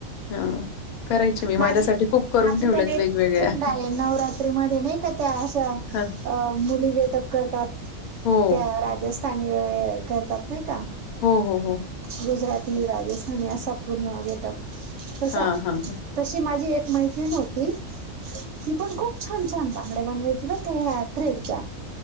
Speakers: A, on the left; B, on the right.
A: हा. करायचे मी. माझ्यासाठी
B: माझी
A: खूप- करून
B: माझी
A: ठेवल्यात
B: पण एक
A: वेगवेगळ्या.
B: फ्रेंड आहे. नवरात्रीमध्ये नाही का त्या अशा-
A: हां,
B: अ. मुली गेटअप करतात.
A: हो.
B: त्या राजस्थानी वे -करतात नाही का?
A: हो. हो. हो.
B: गुजराती, राजस्थानी असा पूर्ण गेेटअप. तसा-
A: हां, हां, हां.
B: तशी माझी एक मैत्रीण होती. ती पण खूप छान छान बांगड्या बनवायची बर का या थ्रेडच्या.